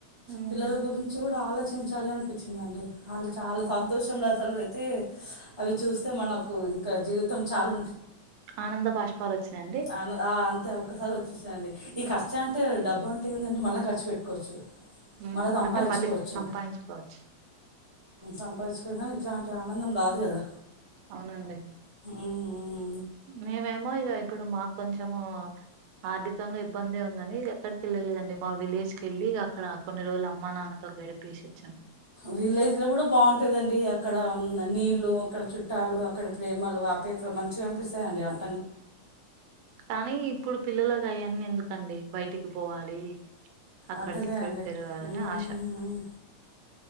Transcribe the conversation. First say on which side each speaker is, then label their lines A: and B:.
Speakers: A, on the right; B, on the right.
A: ఉమ్
B: పిల్లల గురించి కూడా ఆలో చించాలి అనిపించిందిండి వాళ్ళు చాలా సంతోషంలో అసలు అయితే అవి చూస్తే మనకు ఇంకా జీవితం చాలు
A: ఆనంద బాష్పాలు వచ్చినాయి
B: అ అంతే ఒక్కసారి వచ్చేసా అండి ఈ ఖర్చు అంటే డబ్బు అంటే ఏం ఉంది మళ్ళీ ఖర్చు పెట్టుకోవచ్చు
A: మ్మ్
B: మళ సంపాదించుకోవచ్చు
A: అంటే మళ్ళీ సంపాదించుకోవచ్చు
B: సంపాదించుకో కానీ ఇట్లా ఆనందం రాదు కదా
A: అవునండి
B: ఊ ఊ
A: మేమేమో ఇది ఇప్పుడు మాకు కొంచం ఆర్థికంగా ఇబ్బంద ఉందని ఎక్కడికికెళ్ళ లేదండి మా విలేజ్ కి వెళ్ళి అక్కడ కొన్ని రోజులు అమ్మా నాన్నతో గడిపేసి వచ్చాం
B: విలేజ్ లో కూడా బాగుంటాదండి అక్కడ నీలు అక్కడ చుట్టాలు అక్కడ ప్రేమలు ఆపేత్ర మంచిగా అనిపిస్తయండి అన్
A: కానీ ఇప్పుడు పిల్లలలకు అయన్ని ఎందుకండి బయటికి పోవాలి అక్కడికి
B: అదేలే
A: ఇక్కడికి
B: అండి
A: తిరగాలని
B: మ్మ్
A: ఆశ